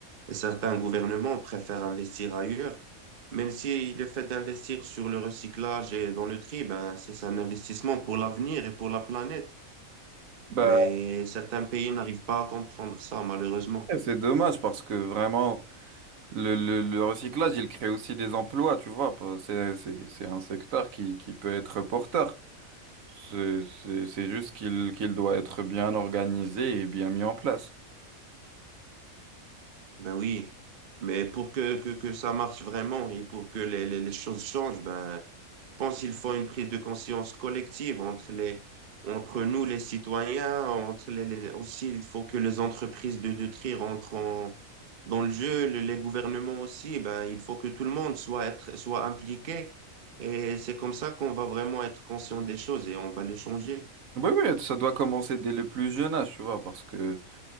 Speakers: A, on the right; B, on the right.
A: et certains gouvernements préfèrent investir ailleurs. Même si le fait d'investir sur le recyclage et dans le tri, ben, c'est c'est un investissement pour l'avenir et pour la planète.
B: Bah,
A: Mais certains pays n'arrivent pas à comprendre ça, malheureusement.
B: c'est dommage parce que vraiment, le, le, le recyclage, il crée aussi des emplois, tu vois. pas- C'est c'est- c'est un secteur qui, qui peut être porteur. C'est c'est- c'est juste qu'il qu'il doit être bien organisé et bien mis en place.
A: Ben oui. Mais pour que, que, que ça marche vraiment et pour que les, les, les choses changent, ben, pense qu'il faut une prise de conscience collective entre les, entre nous, les citoyens, entre les, les- aussi, il faut que les entreprises de, de tri rentrent en- dans le jeu, le- les gouvernements aussi, Eh ben, il faut que tout le monde soit être, soit impliqué. Et c'est comme ça qu'on va vraiment être conscient des choses et on va les changer.
B: Oui, oui, ça doit commencer dès le plus jeune âge, tu vois, parce que